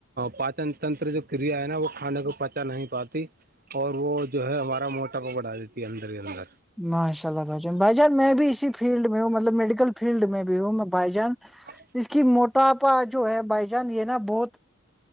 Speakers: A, on the right; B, in the centre.
A: پاچن تنر جو کریا ہےا وہ کھے کو پ اا نہیں پاتی اور وہ جو ہے ہمارا موٹا کو بڑھا دیتی ہے اندر ہی اندر
B: ماشاء اللہ بھائی جان بھائی جان میں بھی اسی فیلڈ میں ہوں مطلب میڈیکل فیلڈ میں بھی ہوں میں بھائی جان
A: ہ
B: اس کی موٹاپا جو ہے بائی جان یہ نا بہت